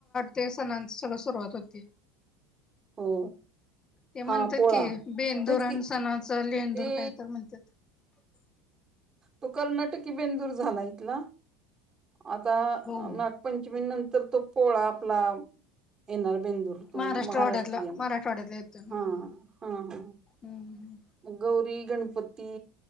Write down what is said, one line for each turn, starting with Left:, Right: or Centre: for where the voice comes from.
Left: ते सणाची सगळी सुरुवात होती
Right: हो....
Left: ते म्हणतात
Right: हा पोळा
Left: कि बेंदूर
Right: तेच की
Left: आणि सणाच लेहंदूर
Right: ते
Left: काय तर म्हणतात. <unintelligible>
Right: तो कर्नाटकी बेंदूर झाला इथला आता
Left: हो.
Right: नागपंचमी नंतर तो पोळा आपला येणार शेंदूर तो
Left: महाराष्ट्रवाड्यातला
Right: महाराष्ट्रीयन
Left: मराठवाड्यातला येतो हम्म.
Right: हा हा ह
Left: हम्म.
Right: गौरी गणपती